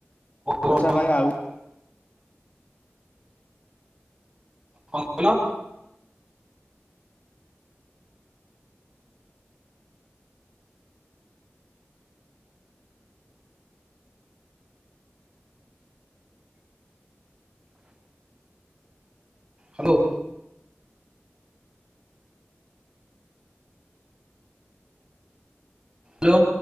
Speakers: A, on the right (about 15°); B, on the left (about 35°).
A: ହଁ
B: ଆଚ୍ଛା ଭାଇ ଆଉ
A: କଁ କହିଲ? ହ୍ୟାଲୋ। ହ୍ୟାଲୋ।